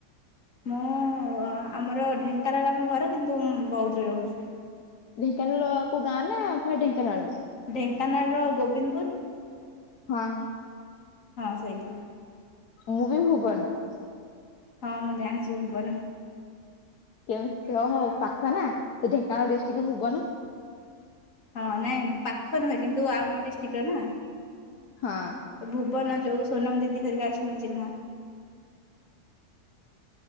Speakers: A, on the left; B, on the left.
A: ମୁଁ ଆମର ଢେଙ୍କାନାଳର ଆମ ଘର କିନ୍ତୁ ମୁଁ ବୌଦ୍ଧରେ ରହୁଛୁ।
B: ଢେଙ୍କାନାଳ କୋଉ ଗାଁ ନା ପୁରା ଢେଙ୍କାନାଳରେ?
A: ଢେଙ୍କାନାଳର ଗୋବିନ୍ଦପୁର।
B: ହଁ।
A: ହଁ ସେଇଠି।
B: ମୁଁ ବି ଭୁବନ ରୁ।
A: ହଁ ମୁଁ ଜାଣିଛି ଭୁବନ।
B: କେମିତି ଓହୋ ପାଖନା ସେଠିକା ଡିଷ୍ଟ୍ରିକ୍ଟ୍ ଭୁବନ।
A: ହଁ ନାଇଁ ପାଖ ନୁହେ କିନ୍ତୁ ଆମ ଡିଷ୍ଟ୍ରିକ୍ଟର ନା।
B: ହଁ।
A: ଭୁବନ ଯୋଉ ସୋନମ ଦିଦି ଧରିକି ଘଟିକା ଅଛନ୍ତି ଚିହ୍ନା।